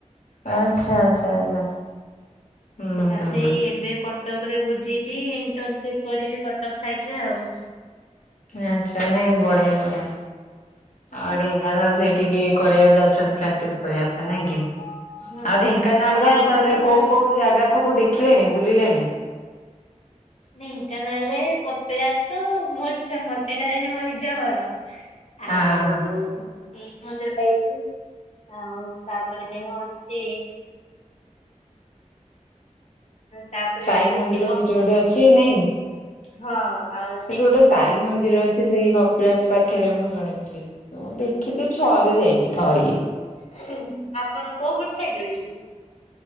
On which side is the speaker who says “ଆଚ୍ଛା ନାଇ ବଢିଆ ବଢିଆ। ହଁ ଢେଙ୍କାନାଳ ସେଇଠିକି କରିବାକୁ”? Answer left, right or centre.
Left